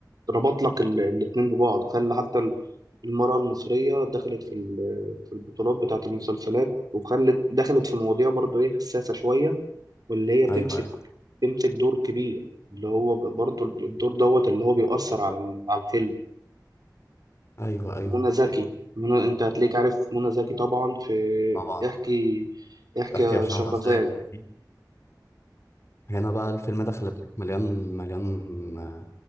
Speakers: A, on the right; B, on the left.
A: ربط لك ال- الاتنين ببعض خلى حتى ال- المرأة المصرية دخلت في ال- في البطولات بتاعة المسلسلات وخلت دخلت في مواضيع برضو إيه حساسة شوية واللي هي تمسك
B: أيوه أيوه
A: تمسك دور كبير اللي هو ب- برضو الدور دوت اللي هو بيأثر على ال- على الفيلم
B: أيوه أيوه
A: منى زكي منى أنت هتلاقيك عارف منى زكي طبعا في
B: طبعا
A: احكي احكي
B: احكي
A: يا
B: يا شهرزاد
A: شهرزاد
B: أكيد هنا بقى الفيلم ده خلي بالك مليان مليان